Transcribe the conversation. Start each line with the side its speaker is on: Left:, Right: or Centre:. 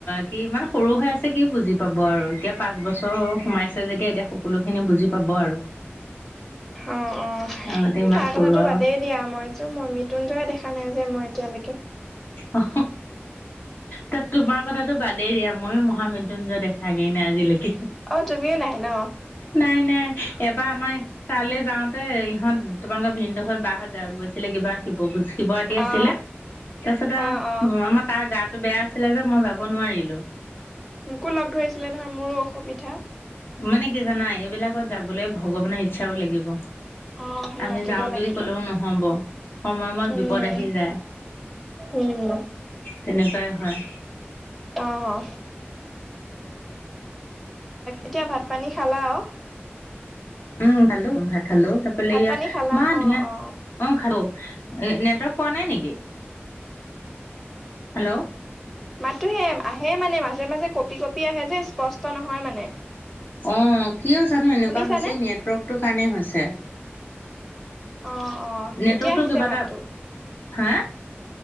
Left: সি মান সৰু হৈ আছে কি বুজি পাব আৰু এতিয়া পাঁচ বছৰ সোমাইছে যেতিয়া এতিয়া সকলোখিনি বুজি পাব আৰু।
Centre: অ' অ'।
Left: আগতে
Centre: এ
Left: ইমান
Centre: তাৰ
Left: সৰু
Centre: কথাতো
Left: আৰু
Centre: বাদেই দিয়া মই যে মই মৃত্যুঞ্জয়ে দেখা নাই যে মই এতিয়ালৈকে।
Left: অ' ত তোমাৰ কথাতো বাদেই দিয়া, মইয়ো মহা মৃত্যুঞ্জয় দেখা দেখাগে নাই আজিলৈকে,
Centre: অ তুমিও নাই ন
Left: নাই-নাই এবাৰ আমাৰ তালে যাওঁতে ইহঁত তোমালোকৰ ভিনদেউ হত, বা হত যাওঁ গৈছিলে কিবা সি বহুত শিৱ ৰাতি
Centre: অ
Left: আছিলে, তাৰপিছতে
Centre: অ অ
Left: আমাৰ তাৰ গাটো বেয়া আছিল। আছিলে যে মই যাব নোৱাৰিলোঁ।
Centre: মোকো লগ ধৰিছিলে নহয়, মোৰো অসুবিধা।
Left: মানে কি জানা এইবিলাকত যাবলে ভগৱানৰ ইচ্ছাও লাগিব। লাগিব,
Centre: অ সেই
Left: আমি
Centre: মাতিব
Left: যাওঁ বুলি
Centre: লাগিব
Left: কলেও নহ'ব। সময়মত
Centre: উম
Left: বিপদ আহি যায়।
Centre: উম'
Left: তেনেকুৱাই হয়।
Centre: অ'হ এতিয়া ভাত-পানী খালা আৰু?
Left: উম' খালোঁ ভাত খালোঁ তাৰপৰা
Centre: ভাত
Left: এইয়া
Centre: পানী খালা
Left: ইমান
Centre: অ
Left: ধুনীয়া
Centre: অ
Left: অ' খালোঁ। নেটৱৰ্ক পোৱা নাই নেকি? হেল্ল'
Centre: মাতটোহে আহে মানে মাজে-মাজে, কপি-কঁপি আহে যে, স্পষ্ট নহয় মানে।
Left: অ' কিয় জানো এনেকুৱা
Centre: শুনিছানে
Left: হৈছে, নেটৱৰ্কটো কাৰণে হৈছে।
Centre: অ' অ'
Left: নেটৱৰ্কটো
Centre: এতিয়া আহিছে
Left: কিবা
Centre: মাতটো।
Left: এটা হা?